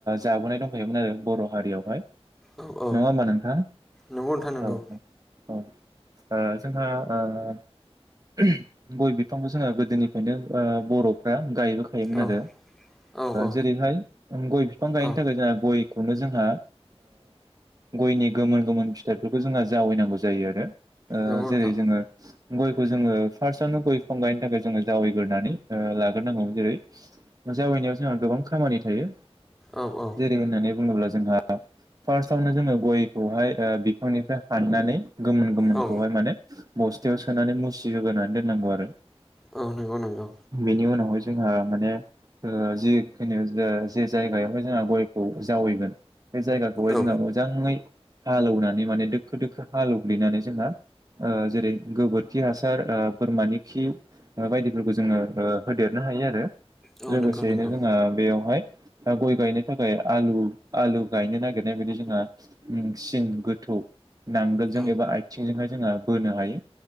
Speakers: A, on the right (about 35°); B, in the centre.
A: जाबोनाय दंखायोमोन आरो बर' हारियावहाय
B: औ औ
A: नङा होमबा नोंथां
B: नंगौ नोंथां नंगौ
A: औ औ औ। जोंहा गय बिफांखो जोङो गोदोनिफ्रायनो बर'फ्रा गायबोखायोमोन
B: औ
A: आरो
B: औ औ
A: जेरैहाय गय बिफां गायनो
B: औ
A: थाखाय जोंहा गय खौनो जोंहा गयनि गोमोन गोमोन फिथाइफोरखौ जोंहा जावायनांगौ जायो आरो।
B: नंगौ
A: जेरै
B: नोंथां
A: जोङो गयखौ जोङो फार्स्टआवनो गय बिफां गायनो थाखाय जोङो जावैग्रोनानै लाग्रोनांगौ जेरै जावैनायाव जोंहा गोबां खामानि थायो।
B: औ औ
A: जेरै होननानै बुङोब्ला जोंहा फार्स्टआवनो जोङो गयखौहाय बिफांनिफ्राय हाननानै गोमोन गोमोनखौहाय
B: औ
A: माने बसथायाव सोनानै मुसि होग्रोनानै दोननांगौ आरो।
B: औ नंगौ नंगौ।
A: बेनि उनावहाय जोंहा माने जिखिनु जे जायगायावहाय जोंहा गयखौ जावैगोन बे जायगाखौहाय
B: औ
A: जोंङो मोजाङै हालेवनानै माने दोखो दोखो हालेवग्लिनानै जोंहा जेरै गोबोरखि हासार बोरमानि खि बायदिफोरखौ जोङो होदेरनो हायो आरो।
B: औ
A: लोगोसेयैनो
B: नंगौ नंगौ
A: जोंहा बेयावहाय दा गय गायनो थाखाय आलु आलु गायनो नागिरनाय बायदि जोंहा सिं गोथौ नांगोलजों
B: औ
A: एबा आथिंजोंहाय जोंहा बोनो हायो।